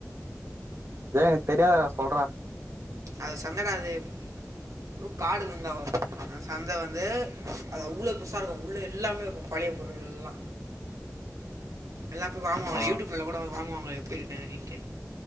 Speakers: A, on the right; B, on the right.
A: டே எனக்கு தெரியாதுடா சொல்றா
B: அது சந்தடா அது எதோ காடு இருந்தா ஒரு அந்த சந்த வந்து அது அவ்ளோ பெருசா இருக்கு உள்ள எல்லாமே இருக்கு பழைய பொருள் எல்லா எல்லா போய் வாங்குவாங்க
A: ஆ
B: யூடியூப்ல் கூட வாங்குவாங்களே <unintelligible> அப்டின்ட்டு